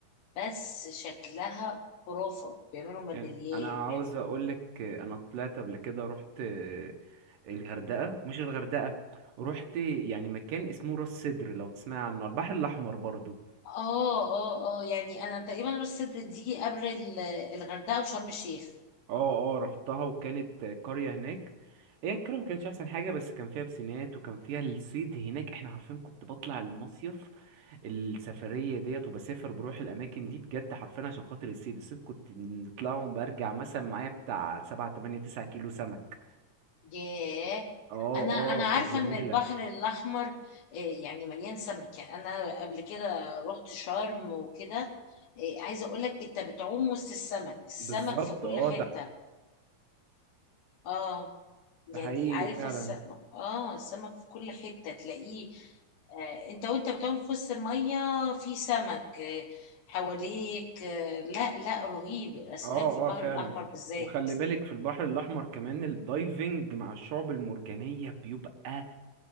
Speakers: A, on the left; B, on the right.
A: بس شكلها خرافه بيعملوا ميداليات
B: يعني انا
A: بيعملوا
B: عاوز اقولك انا طلعت قبل كده رحت الغردقه مش الغردقه رحت يعني مكان اسمه راس سدر لو تسمع عنه على البحر الاحمر برضو
A: اه اه اه يعني انا تقريبا راس سدر دي قبل ال- الغردقه وشرم الشيخ
B: اه اه رحتها وكانت قريه هناك هي القريه ما كانتش احسن حاجه بس كان فيها بسينات وكان فيها الصيد هناك احنا عارفين كنت بطلع المصيف السفرية ديت وبسافر بروح الأماكن دي بجد حرفيا عشان خاطر الصيد الصيد كنت نطلعهم برجع مثلا معايا بتاع سبعة تمانية تسعة كيلو سمك
A: ياه
B: اه
A: انا انا
B: اه
A: عارفه
B: كانت جميلة
A: ان البحر الاحمر آه، يعني مليان سمك يعني انا قبل كده رحت شرم وكده آه، عايزه اقول لك انت بتعوم وسط السمك السمك
B: بالظبط
A: في كل
B: اه
A: حته
B: ده
A: اه يعني
B: ده حقيقي
A: عارف
B: فعلا
A: السمك اه السمك في كل حته تلاقيه آه، انت وانت بتعوم في وسط الميه في سمك آه، حواليك آه، لا لا رهيب الاسماك
B: اه
A: في البحر
B: اه فعلا
A: الاحمر بالذات
B: وخلي بالك في البحر الأحمر كمان الدايفنج مع الشعب المرجانية بيبقى